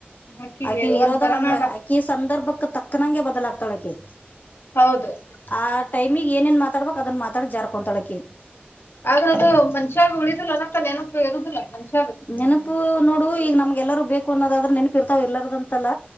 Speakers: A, on the left; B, on the left.
A: ಅಕ್ಕಿ
B: ಆಕಿ ಇರೋದ
A: ಒಂಥರನ
B: ಹಂಗ
A: ಅದ
B: ಆಕಿ ಸಂದರ್ಭಕ್ ತಕ್ಕನಂಗೆ ಬದಲಾಗ್ತಾಳೆ ಆಕಿ
A: ಹೌದು
B: ಆ ಟೈಮಗ್ ಏನೇನ್ ಮಾತಾಡ್ಬೇಕಕ್ ಅದನ್ ಮಾತಾಡ್ ಜಾರ್ಕಂತಳಕಿ
A: ಆದ್ರ ಅದು ಮನುಷ್ಯಾಗ ಉಳಿದಿಲ್ಲ ಅಕ್ಕ ನೆನಪ ಇರುವುದಿಲ್ಲ ಮನುಷ್ಯ
B: ನೆನಪು ನೋಡು ಈಗ ನಮ್ಗೆ ಎಲ್ಲರೂ ಬೇಕು ಅನ್ನೋದಾದ್ರ ನೆನಪ ಇರ್ತಾವ ಇರ್ಲ್ಲಾರದ ಅಂತಲ್ಲ